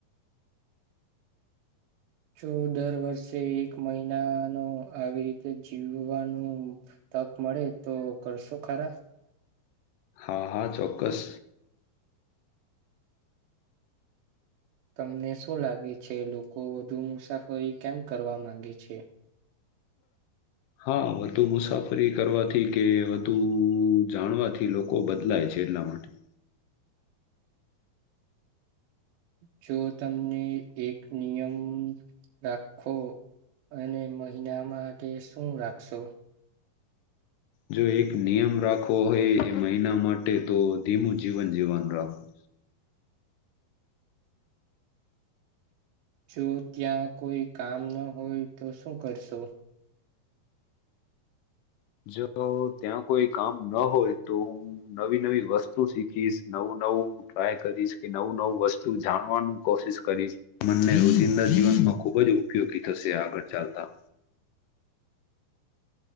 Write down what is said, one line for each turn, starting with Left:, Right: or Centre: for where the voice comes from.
Right: જો દર વર્ષે એક મહિનાનું આવી રીતે જીવવાનું તક મળે તો કરશો ખરા?
Left: હા હા ચોક્કસ.
Right: તમને શું લાગે છે લોકો વધુ મુસાફરી કેમ કરવા માંગે છે?
Left: હા હા વધુ મુસાફરી કરવાથી કે વધુ જાણવાથી લોકો બદલાય છે એટલા માટે
Right: જો તમને એક નિયમ રાખો. અને મહિના માટે શું રાખશો?
Left: જો એક નિયમ રાખવો હોય એ મહિના માટે તો ધીમું જીવન જીવવાનું રાખવું.
Right: જો ત્યાં કોઈ કામ ન હોય તો શું કરશો?
Left: જો ત્યાં કોઈ કામ ન હોય તો હું નવી નવી વસ્તુ શીખીશ નવું ટ્રાય કરીશ કે નવું નવું વસ્તુ જાણવાનું કોશિશ કરીશ મને રોજિંદા જીવન માં ખુબ જ ઉપયોગી થશે આગળ ચાલતા